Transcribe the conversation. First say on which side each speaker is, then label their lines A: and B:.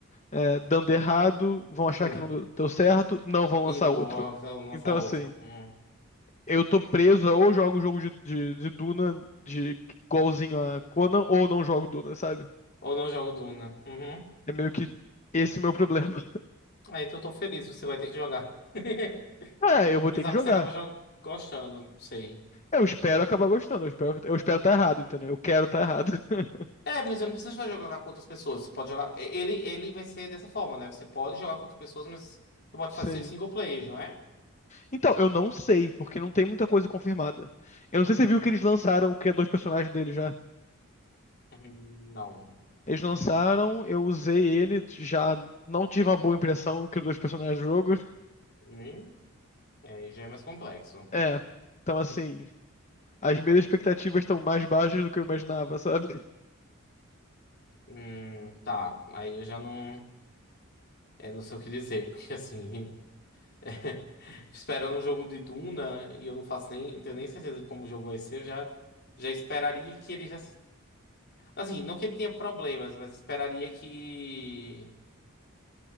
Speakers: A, on the left; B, on the left.
A: É, dando errado, vão achar
B: <laughs>
A: que não deu certo, não vão
B: E
A: lançar
B: não
A: outro.
B: vou lançar
A: Então,
B: outro.
A: assim,
B: Hum.
A: eu tô preso, ou jogo o jogo de, de, de Duna, de igualzinho a Conan, ou não jogo Duna, sabe?
B: Ou não jogo Duna. Uhum.
A: É meio que esse o meu problema.
B: Aí então eu tô feliz, você vai ter que jogar. <laughs>
A: É, eu vou
B: Quem
A: ter
B: sabe
A: que jogar.
B: você acaba jo- gostando, não sei.
A: Eu espero acabar gostando. Eu espero, eu espero estar errado, entendeu? Eu quero estar errado. <laughs>
B: É, porque você não precisa só jogar com outras pessoas. Você pode jogar. Ele, ele vai ser dessa forma, né? Você pode jogar com outras pessoas, mas você pode
A: Sim.
B: fazer seus single players, não é?
A: Então, eu não sei, porque não tem muita coisa confirmada. Eu não sei se você viu que eles lançaram o que é dois personagens dele já.
B: Hum, Não.
A: Eles lançaram, eu usei ele, já não tive uma boa impressão do que dois personagens do jogo.
B: Hum, é, já é mais complexo.
A: É. Então, assim, as minhas expectativas estão mais baixas do que eu imaginava, sabe?
B: Hum, tá. Aí eu já não. É, não sei o que dizer, porque assim. <laughs> Esperando um jogo de Duna, e eu não faço nem. Eu tenho nem certeza de como o jogo vai ser, eu já, já esperaria que ele já. Assim, não que ele tenha problemas, mas esperaria que.